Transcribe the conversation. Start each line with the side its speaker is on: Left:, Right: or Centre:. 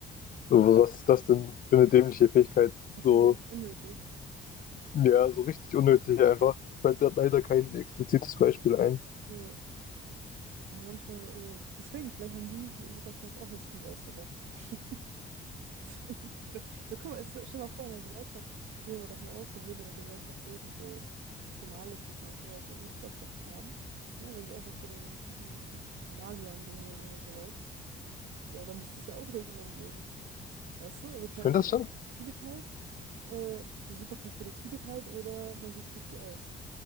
Left: so, was ist das denn für eine dämliche Fähigkeit?
Right: Das
Left: So,
Right: ist so richtig unnötig.
Left: ja, so richtig unnötig einfach. Mir fällt gerade leider kein explizites Beispiel ein.
Right: Ja, ja manchmal, also deswegen, vielleicht haben die sich die Superkraft auch als Kind ausgedacht. <laughs> <laughs> Wir gucken mal, es ist- stell dir mal vor, in einer Gesellschaft, gehen wir mal davon aus, wir würden in einer Gesellschaft leben, wo es normal ist, dass manche Leute einfach Superkräfte haben. Ne? Wenn sie einfach zu den mm, Magiern gehören oder sowas. So, dann müsste es ja auch Regelungen geben. Weißt du? Also klar,
Left: Ich finde
Right: Intelligenz
Left: das schon.
Right: zugeteilt, äh, die Superkraft wird dir zugeteilt oder man sucht sich die aus.